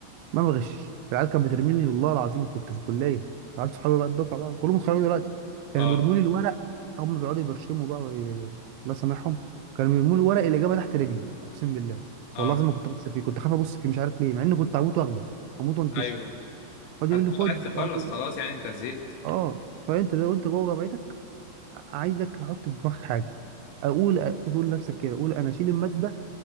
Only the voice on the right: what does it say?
ما بغش العيال كانت بترميني والله العظيم كنت في الكليه العيال صحابي بقى الدفعه بقى كلهم خرجوا دلوقتي كانوا
بيرموا لي الورق هم بيقعدوا يبرشموا بقى وي... الله يسامحهم كانوا بيرموا لي ورق الاجابه تحت رجلي اقسم بالله
والله العظيم ما كنت ابص فيه كنت خايف ابص فيه مش عارف ليه مع اني كنت هموت واخده هموت وانتشه
فاضي
يقول لي خد
مش
عارف ايه
اه فانت ده وانت جوه جامعتك عايزك تحط في دماغك حاجه اقول اقول لنفسك كده اقول انا اشيل الماده